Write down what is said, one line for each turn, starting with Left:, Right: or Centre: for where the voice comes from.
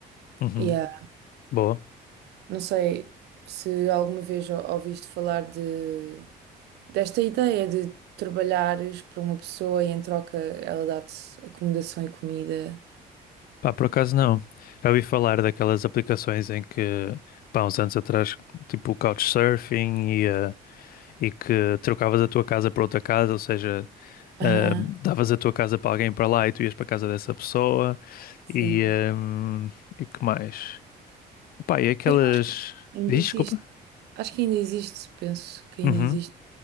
Left: Uhum.
Right: yeah.
Left: Boa.
Right: Não sei se alguma vez ou- ouviste falar de, desta ideia de trabalhares para uma pessoa e em troca ela dá-te acomodação e comida.
Left: Pá, por acaso não. Já ouvi falar daquelas aplicações em que, pá, uns anos atrás, tipo o Couchsurfing e, eh, e que trocavas a tua casa por outra casa, ou seja,
Right: Aham,
Left: Ahm, davas a tua casa para alguém para lá e tu ias para a casa dessa pessoa
Right: sim.
Left: e, ahm, e que mais? Pá, e aquelas.
Right: Mas ainda
Left: Diz,
Right: existe.
Left: desculpa?
Right: Acho que ainda existe, penso que ainda
Left: Uhum.
Right: existe,